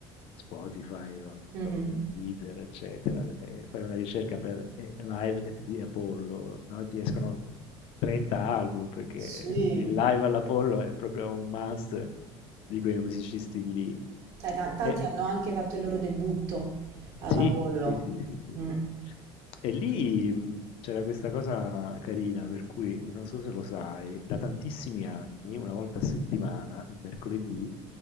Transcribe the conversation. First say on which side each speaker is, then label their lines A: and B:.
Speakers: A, on the left; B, on the right.
A: Spotify o insomma
B: Mhm.
A: Deezer, eccetera, e fai una ricerca per eh, Live at the Apollo, no? Ti escono 30 album perché
B: Sì,
A: <laughs> il live all'Apollo è proprio un must di quei musicisti lì.
B: Dai, ta- tanti
A: E,
B: hanno anche fatto il loro debutto all'Apollo.
A: sì, sì, sì, sì, sì, sì.
B: Mm.
A: E lì mh, c'era questa cosa carina, per cui non so se lo sai, da tantissimi anni, una volta a settimana, il mercoledì,